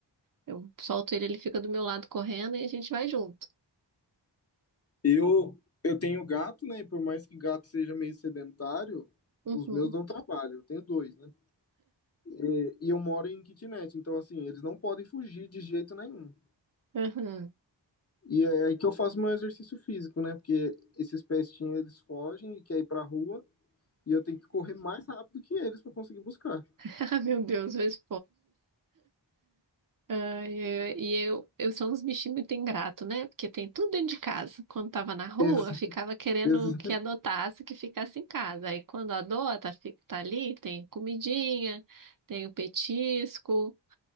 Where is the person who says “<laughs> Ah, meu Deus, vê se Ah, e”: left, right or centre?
Right